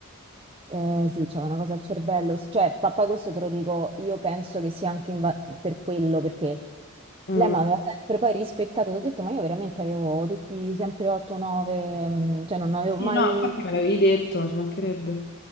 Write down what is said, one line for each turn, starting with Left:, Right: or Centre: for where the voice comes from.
Right: eh, sì, c'è una cosa al cervello. S- Cioè, papà, questo te lo dico, io penso che sia anche in va- per quello, perché
Left: Mm.
Right: lei mi aveva sempre poi rispettato, ti ho detto, ma io veramente avevo tutti sempre 8-9, cioè non avevo
Left: Sì, sì,
Right: mai...
Left: no, infatti me l'avevi detto, ci mancherebbe.